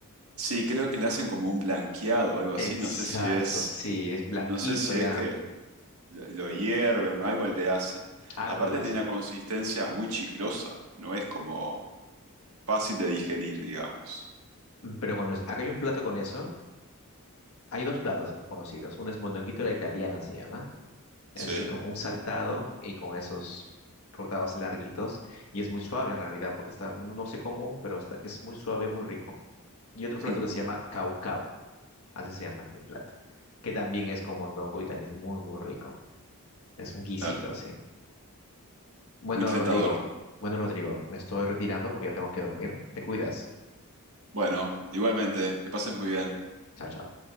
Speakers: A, on the right; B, on the left.
A: Sí, creo que le hacen como un blanqueado o algo así,
B: Exacto,
A: no sé si es,
B: sí, es blanquito
A: no sé si
B: ya.
A: es que lo lo hierven o algo le hacen.
B: Algo
A: Aparte
B: le hacen.
A: tiene una consistencia muy chiclosa, no es como fácil de digerir, digamos.
B: Mm, Pero cuando es- acá hay un plato con eso, hay dos platos conocidos. Uno es mondonguito a la italiana, se llama. Es
A: Sí,
B: como un saltado y con esos cortados larguitos. Y es muy suave en realidad, porque está, no no sé cómo, pero está- es muy suave, muy rico. Y otro plato
A: <laughs>
B: que se llama caucau, así se llama el plato, que también es con mondongo y también es muy, muy rico. Es un guisito
A: claro,
B: así. Bueno,
A: muy tentador.
B: Rodrigo, bueno, Rodrigo, me estoy retirando porque ya tengo que dormir. Te cuidas.
A: Bueno, igualmente, que pases muy bien.
B: Chao, chao.